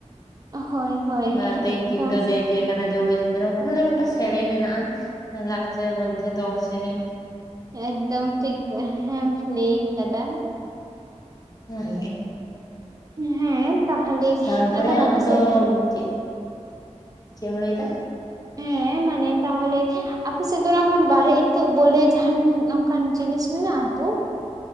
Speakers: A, on the right; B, on the left.
A: ᱦᱳᱭ ᱦᱳᱭ
B: ᱜᱟᱛᱮᱧ
A: ᱮᱠᱫᱚᱢ
B: ᱛᱤᱧ ᱫᱚ ᱫᱮᱡᱮ ᱠᱟᱱᱟ ᱫᱟᱹᱣᱲᱟᱹ ᱪᱮᱛᱟᱱ ᱨᱮ ᱚᱱᱠᱟ ᱢᱟᱱᱮ ᱢᱤᱫᱴᱟᱝ ᱥᱮᱨᱮᱧ ᱢᱮᱱᱟᱜᱼᱟ ᱞᱟᱠᱪᱟᱨ ᱢᱚᱫᱫᱷᱮ ᱫᱚᱝ ᱥᱮᱨᱮᱧ᱾
A: ᱮᱠ ᱫᱚᱢ ᱴᱷᱤᱠ ᱦᱮᱢ ᱞᱟᱹᱭ ᱠᱟᱫᱟ
B: <unintelligible>
A: ᱦᱮ ᱛᱟᱦᱞᱮ
B: ᱛᱟᱨᱯᱚᱨᱮ
A: ᱢᱮᱱᱠᱷᱟᱱ
B: ᱟᱢ
A: ᱟᱯᱮ
B: ᱫᱚ
A: ᱥᱮᱫ
B: ᱪᱮᱫ ᱪᱮᱫ ᱮᱢ ᱞᱟᱹᱭ ᱫᱟ
A: ᱦᱮᱸ ᱢᱟᱱᱮ ᱛᱟᱦᱞᱮ ᱟᱯᱮ ᱥᱮᱫ ᱫᱚ ᱱᱟᱜᱠᱷᱟᱱ ᱵᱟᱨᱮ ᱤᱛᱟᱹᱜ ᱵᱚᱞᱮ ᱡᱟᱦᱟᱱ ᱚᱱᱠᱟᱱ ᱡᱤᱱᱤᱥ ᱢᱮᱱᱟᱜᱼᱟ ᱛᱚ